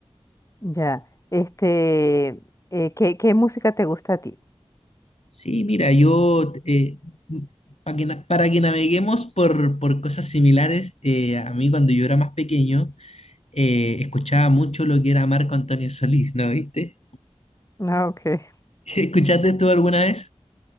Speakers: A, on the left; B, on the left.
A: Ya. Este, eh, ¿qué, qué música te gusta a ti?
B: Sí, mira, yo, eh, pa que na- para que naveguemos por, por cosas similares, eh, a mí cuando yo era más pequeño, eh, escuchaba mucho lo que era Marco Antonio Solís, ¿no? ¿Viste?
A: Ah, ok.
B: <laughs> ¿Escuchaste tú alguna vez?